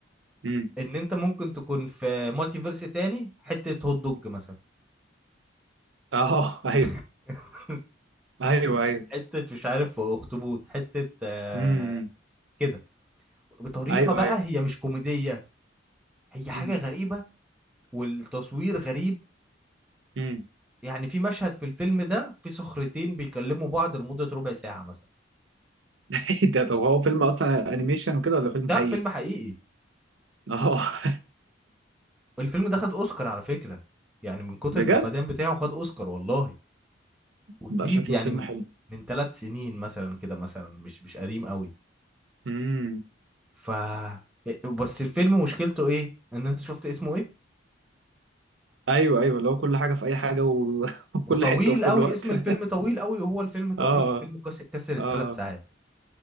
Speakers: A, on the right; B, in the centre.
A: امم
B: ان انت ممكن تكون في مالتي فيرس تاني حتة هوت دوج مثلا
A: اه آه، ايوه
B: <laughs>
A: ايوه ايوه
B: حتة مش عارف اخطبوط حتة آه
A: امم
B: كده بطريقة
A: ايوه
B: بقى
A: ايوه
B: هي مش كوميدية هي حاجة
A: امم
B: غريبة والتصوير غريب
A: امم
B: يعني في مشهد في الفيلم ده في صخرتين بيكلموا بعض لمدة ربع ساعة مثلا
A: <laughs> ده طب هو فيلم اصلا انيميشن وكده ولا فيلم
B: ده
A: حقيقي؟
B: فيلم حقيقي
A: اه <laughs>
B: الفيلم ده خد اوسكار على فكرة يعني من كتر
A: بجد؟
B: الجمدان بتاعه خد اوسكار والله وجديد
A: بقى شكله
B: يعني
A: فيلم
B: من
A: حلو
B: من ثلاث سنين مثلا كده مثلا مش مش قديم قوي
A: امم
B: ف بس الفيلم مشكلته ايه ان انت شفت اسمه ايه
A: ايوه ايوه اللي هو كل حاجه في اي حاجه و- <laughs> وفي
B: وطويل
A: كل حته وفي كل
B: قوي
A: وقت
B: اسم الفيلم
A: <laughs>
B: طويل قوي وهو الفيلم طويل
A: اه
B: الفيلم كسر كسر الثلاث
A: اه
B: ساعات